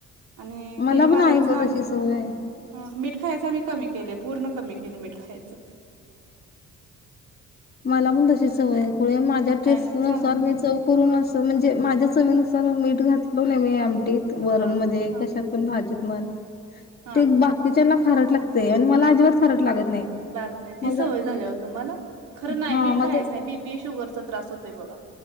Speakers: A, on the right; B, on the left.
A: आणि
B: मला
A: त्यांनी वारल्यापासन
B: पण आहे ग
A: आमी,
B: तशी सवय
A: ह मीठ खायच आम्ही कमी केले पूर्ण मग पण कमी केलं मीठ खायाच
B: मला पण तशी सवय‌ आय. खुळे माझ्या
A: नाही
B: टेस्ट
A: नाही
B: नुसार
A: चांगलं
B: मी चव करून अस त म्हणजे माझ्या चवीनुसार मीठ घातलो नई मी आमटीत वरण
A: हां
B: मध्ये
A: हां
B: कशात पण भाजीत म्हण
A: हां
B: ते बाकी च्याना खारट लागतंय आणि मला अजिबात खारट लागत नाही
A: लागत नई, ती
B: माझं
A: सवय झाल्या ओ तुम्हाला खरं नाही
B: हा
A: मीठ
B: माज,
A: खायच नाही बीपी शुगरचा त्रास होतोय बघा